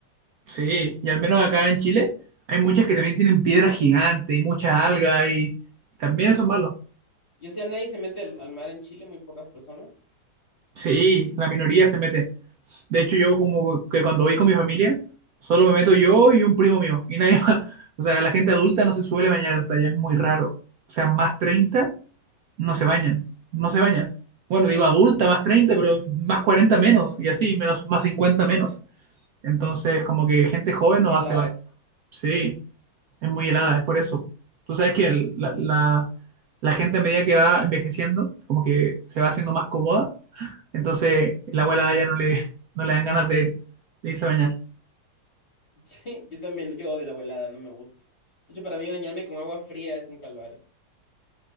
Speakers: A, on the right; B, on the left.
A: Sí, y al menos acá en Chile hay muchas que también tienen piedras gigantes y muchas algas y, y también eso es malo.
B: Yo sé, nadie se mete al, al mar en Chile, muy pocas personas.
A: Sí, la minoría se mete. De hecho, yo como que cuando voy con mi familia, solo me meto yo y un primo mío. Y nadie <laughs> más. O sea, la gente adulta no se suele bañar en las playas, es muy raro. O sea, más 30 no se bañan, no se bañan. Bueno, digo adulta más 30 pero más 40 menos, y así, menos, más 50 menos. Entonces, como que gente joven
B: Muy
A: no
B: helada.
A: hace Oh, baño.
B: <laughs>
A: Sí, es muy helada, es por eso. Tú sabes que el- la, la- la gente a medida que va envejeciendo, como que se va haciendo más cómoda, entonces el abuela ya no le, no le dan ganas de, de irse a bañar.
B: Sí, yo también, yo odio la agua helada, no me gusta. De hecho, para mí bañarme con agua fría es un calvario.